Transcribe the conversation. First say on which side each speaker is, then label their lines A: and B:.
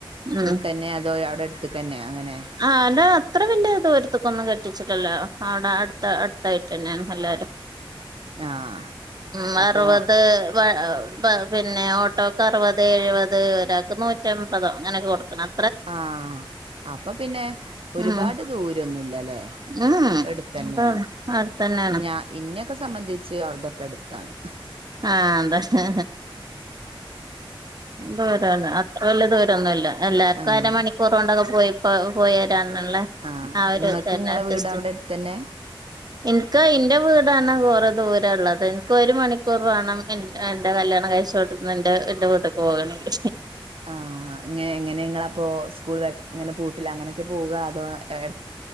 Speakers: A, on the right; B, on the right.
A: മ്
B: വിട്ടന്നെ അതോ അവിടെ അടുത്തക്കന്നെ അങ്ങനെ
A: ആഹ് അത്ര വല്ല്യേ <unintelligible> ക്കൊന്നും കട്ടിച്ച്ട്ടില്ല. അവടെ അടുത്ത അടുത്തായിട്ടെന്നേണ് എല്ലാരും.
B: ആഹ്
A: മ്
B: അപ്പൊ
A: അറ് വത് വ പിന്നെ ഓട്ടോക്ക് അറ് വത്, എയ് വത് ഒരാക്ക് നൂറ്റമ്പതോ അങ്ങനെക്കെ കൊട്ക്കണം.
B: ആഹ് അപ്പ പിന്നെ ഒര്പാട്
A: ഉം
B: ദൂരൊന്നുല്ലലേ.
A: ഉം
B: എട്ത്തന്നേണ്
A: അതാണ് അടുത്തന്നെയാണ്
B: ഞ ഇന്നെക്കെ സംബന്ധിച്ച് അതൊക്കെ എട്ത്താണ്.
A: ആഹ് ന്താച്ചാ ദൂരോല്ല അത്ര വല്ല്യേ ദൂരോ ന്നൊല്ല എല്ലാര്ക്കും
B: ആഹ്
A: അരമണിക്കൂറോണ്ടൊക്കെ പോയിപ്പോ പോരാ രാന്ള്ളേ
B: ആഹ്
A: ആ ഒര്
B: ഇങ്ങക്ക്
A: തന്നെ
B: ഇങ്ങളെ
A: ജെസ്റ്റ്
B: വീട് അവിടെ അടുത്തന്നെ
A: ഇൻക്ക് ഇന്റെ വീടാണ് കൊറേ ദൂരള്ളത്. ഇൻക്ക് ഒര് മ ണിക്കൂർ വാണം എന്റെ കല്യാണം കായ്ച്ചോട്ത്ത്ന്ന് ന്റെ ന്റെ വ്ട്ട്ക്ക് പോകണങ്കി.
B: ആഹ് ങ്ങെ എങ്ങനെ ങ്ങളപ്പൊ സ്കൂളങ്ങനെ പൂട്ടില്ലേ അങ്ങനെക്കെ പോകാ അതോ എട്